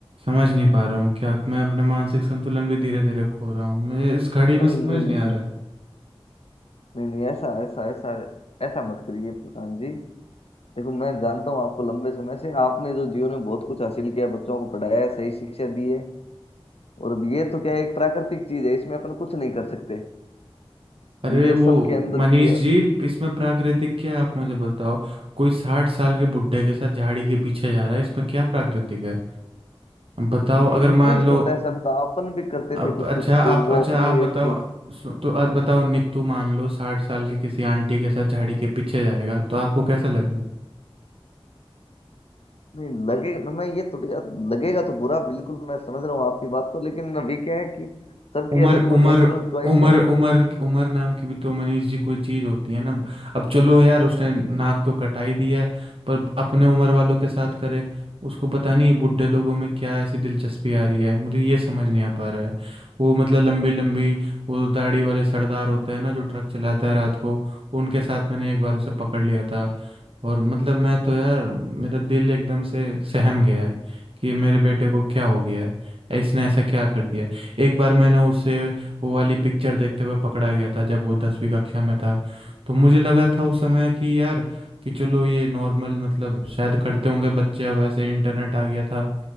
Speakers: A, on the right; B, on the left.
A: समझ नहीं पा रहा हूँ क्या मैं अपना मानसिक संतुलन भी धीरे धीरे खो रहा हूँ मुझे इस घड़ी में
B: अरे
A: समझ
B: नहीं नहीं
A: नहीं
B: नहीं
A: आ रहा है
B: नहीं नहीं ऐसा ऐसा ऐसा ऐसा मत करिए प्रधान जी देखो मैं जानता हूँ आपको लंबे समय से आपने जो जीवन में बहुत कुछ हासिल किया बच्चों को पढ़ाया है, सही शिक्षा दी है और अब ये तो क्या है, एक प्राकृतिक चीज है इसमें अपन कुछ नहीं कर सकते
A: अरे
B: अब ये
A: वो
B: सबके अंदर
A: मनीष
B: की
A: जी इसमें प्राकृतिक क्या है आप मुझे बताओ कोई साठ साल के बुढ़े के साथ झाड़ी के पीछे जा रहा है इसमें क्या प्राकृतिक है बताओ
B: नहीं
A: अगर
B: इंटरेस्ट
A: मान लो
B: होता है सबका अपन भी करते
A: अब
B: थे कुछ
A: अच्छा
B: कुछ
A: आप
B: तो वो
A: अच्छा
B: अपनी
A: आप बताओ
B: एज थी
A: सु- तो अ, बताओ नित्तू मान लो साठ साल की किसी आंटी के साथ झाड़ी के पीछे जाएगा तो आपको कैसा लगेगा
B: नहीं लगेगा मैं ये थोड़ी लगेगा तो बुरा बिल्कुल मैं समझ रहा हूँ आपकी बात तो लेकिन अभी क्या है कि सबकी
A: उमर
B: अलग वो
A: उमर
B: नेचुरल चॉइस
A: उमर
B: है
A: उमर उमर नाम की भी तो मनीष जी कोई चीज होती है ना अब चलो यार उसने नाक तो कटाई दी है पर अपने उम्र वालों के साथ करे उसको पता नहीं बुढ़े लोगों में क्या ऐसी दिलचस्पी आ रही है मुझे ये समझ नहीं आ पा रहा है वो मतलब लंबी लंबी वो दाढ़ी वाले सरदार होते हैं ना जो ट्रक चलाते हैं रात को उनके साथ मैंने एक बार उसे पकड़ लिया था और मतलब मैं तो यार मेरा दिल एकदम से सहम गया है कि मेरे बेटे को क्या हो गया है इसने ऐसा क्या कर दिया एक बार मैंने उसे वो वाली पिक्चर देखते हुए पकड़ा गया था जब वो दसवीं कक्षा में था तो मुझे लगा था उस समय कि यार कि चलो ये नॉर्मल मतलब शायद करते होंगे बच्चे अब ऐसे इंटरनेट आ गया था